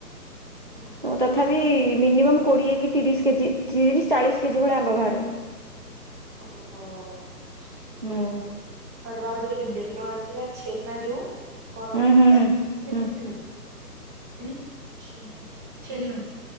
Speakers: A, on the right (about 15°); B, on the right (about 35°).
A: ଓହୋ
B: ହୁଁ ତଥା ବି ମିନିମମ୍ କୋଡ଼ିଏ କି ତିରିଶ କେଜି ତିରିଶ ଚାଳିଶ କେଜି ଭଳିଆ ଆମ୍ବ ବାହାରେ।
A: ଓ ହୋ।
B: ହୁଁ
A: ଆରେ ପାପାଲି କାଲି ବେଲ ଆଣିଥିଲା ଛେନା ଯୋଉ। କରନ୍ତି
B: ହୁଁ ହୁଁ
A: ଛେ ସେଇଟା
B: ହୁଁ
A: ପି ଥେନ ଉଁ ଛେନା। ଛେନା